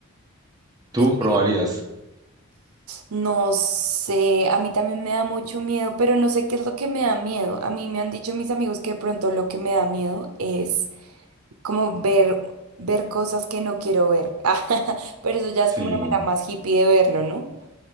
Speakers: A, on the right; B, on the right.
A: ¿Tú
B: ¿Y
A: probarías?
B: No sé, a mí también me da mucho miedo, pero no sé qué es lo que me da miedo. A mí me han dicho mis amigos que de pronto lo que me da miedo es como ver, ver cosas que no quiero ver. <laughs> Pero eso ya
A: Sí.
B: es como una manera más hippie de verlo, ¿no?